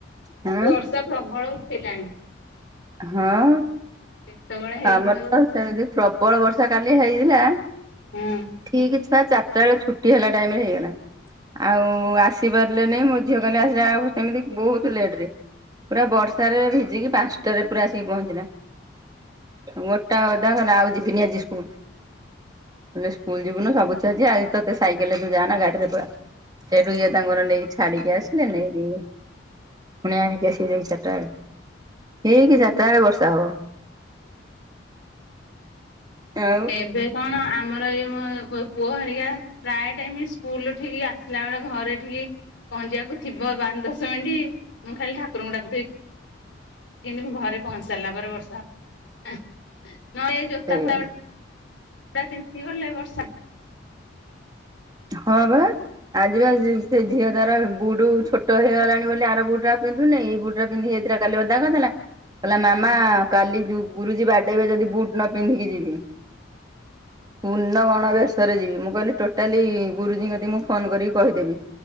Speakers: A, on the right (about 20°); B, on the left (about 70°).
A: ହଁ
B: ବର୍ଷା ପ୍ରବଳ ଉଠେଇଲାଣି।
A: ହଁ।
B: କେତେବେଳେ ହେଇଯିବ
A: ଆମର
B: ଯେ
A: ତ
B: ଜଣା
A: ସେମିତି
B: ନାହିଁ।
A: ପ୍ରବଳ ବର୍ଷା କାଲି ହେଇଥିଲା
B: ହୁଁ
A: ଠିକ ଛୁଆ ଚାରିଟା ଯେତେବେଳେ ଛୁଟି ହେଲା ଟାଇମ ରେ ହେଇଗଲା। ଆଉ ଆସିପାରିଲେ ନାଇଁ ମୋ ଝିଅ କା ଆସିଲା ସେମିତି ବହୁତ ଲେଟରେ। ପୁରା ବର୍ଷାରେ ଭିଜିକି ପାଞ୍ଚଟାରେ ପୁରା ଆସିକି ପହଞ୍ଚିଲା। ଗୋଟା ଓଦା କହିଲା ଆଉ ଯିବିନି ଆଜି ସ୍କୁଲ। କହିଲେ ସ୍କୁଲ ଯିବୁନୁ ସବୁ ଛୁଆ ଯିବେ ସାଇକେଲ ରେ ତୁ ଯା ନା ଗାଡି ରେ ପଳା। ସେଇଠୁ ଇଏ ତାଙ୍କର ନେଇକି ଛାଡିକି ଆସିଲେ ନେଇକି ପୁଣି ଆଣିକି ଆସି ଯାଇକି ଚାରିଟା ବେଳେ ହେଇକି ଚାରିଟା ବେଳେ ବର୍ଷା ହବ। <unintelligible>
B: ଏବେ କଣ ଆମର ଏଇ ମୋ ପୁଅ ହେରିକା ପ୍ରାୟ ଟାଇମ ସ୍କୁଲ ଠିକି ଆସିଲା ବେଳେ ଘରେ ଠିକି ପହଞ୍ଚିବାକୁ ଥିବ ପାଞ୍ଚ ଦଶ ମିନିଟ୍ ମୁଁ ଖାଲି ଠାକୁରଙ୍କୁ ଡାକୁ ଥିବି କିନ୍ତି ମୁଁ ଘରେ ପହଞ୍ଚି ସାରିଲା ପରେ ବର୍ଷା ନହେଲେ ଏଇ ଜୋତା
A: ସେଇଆ
B: ଫୋତା ଗୁ <unintelligible> ତ ଗଲେ ବର୍ଷା
A: ହଁ ବା। ଆଜି ବା ସେ ଝିଅ ତାର ବୁଟୁ ଛୋଟ ହେଇଗଲାଣି ବୋଲି ଆର ବୁଟ ଟା ପିନ୍ଧୁନି ଏଇ ବୁଟ ଟା ପିନ୍ଧି ସେରା କାଲି ଓଦା କରିଦେଲା କହିଲା ମାମା
B: ହୁଁ
A: କାଲି ଗୁରୁଜୀ ବାଡେଇବେ ଯଦି ବୁଟ ନ ପିନ୍ଧିକି ଯିବି। ପୂର୍ଣ ଗଣବେଶରେ ଯିବି ମୁଁ କହିଲି ଟୋ ଲି ଗୁରୁଜୀ ଙ୍କୁ ଯଦି ମୁଁ ଫୋନ କରିକି କହିଦେବି